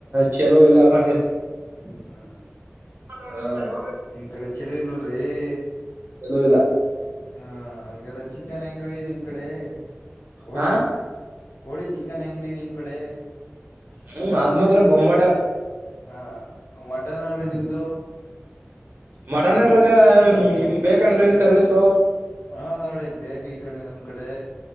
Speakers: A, on the right (about 55°); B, on the left (about 75°).
A: ಚಲೋ ಇಲ್ಲ ಕಣ್ರಿ
B: ಹಾ.
A: ಹ <unintelligible>
B: ನಿಮ್ ಕಡೆ ಚೆಲೋ ಇಲ್ರರಿ <unintelligible> ಎ.
A: ಚಲೋ ಇಲ್ಲ
B: ಹಾ ಅಂಗಾರೆ ಚಿಕನ್ ಹೆಂಗ್ರೀ ನಿಮ್ ಕಡೆ. ಕೋಳಿ
A: ಹಾ
B: ಕೋಳಿ ಚಿಕನ್ ಹೆಂಗ್ರೀ ನಿಮ್ ಕಡೆ,
A: ಹ್ಮ್ ಅದ್ ಮಾತ್ರ ಬೊಂಬಾಟ
B: ಹ ಮಟನ್ ಅಂಗ್ಡಿ ನಿಮ್ದು.
A: ಮಟನ್ ಆರ್ಡರಿಗ ನಿಮಿಗ್ ಬೇಕೇನ್ರಿ ಸರ್ವೀಸು.
B: ಹಾ ನಾಳೆ ಬೇಕು ಈ ಕಡೆ ನಮ್ ಕಡೆ.